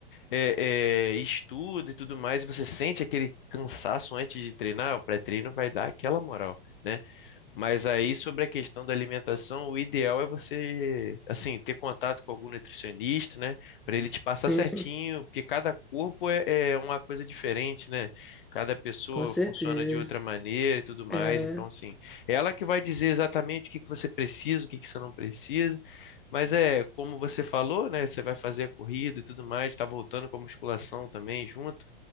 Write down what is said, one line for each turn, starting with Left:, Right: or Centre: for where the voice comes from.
Left: é, é, estuda e tudo mais, e você sente aquele cansaço antes de treinar, o pré-treino vai dar aquela moral, né? Mas aí, sobre a questão da alimentação, o ideal é você, assim, ter contato com algum nutricionista, né? Para ele te passar
Centre: Sim,
Left: certinho,
Centre: sim,
Left: porque cada corpo é, é uma coisa diferente, né? Cada pessoa
Centre: com certeza.
Left: funciona de outra maneira e tudo mais.
Centre: É,
Left: Então, assim, é ela que vai dizer exatamente o que que você precisa, o que que você não precisa. Mas é, como você falou, né? Você vai fazer a corrida e tudo mais, tá voltando com a musculação também junto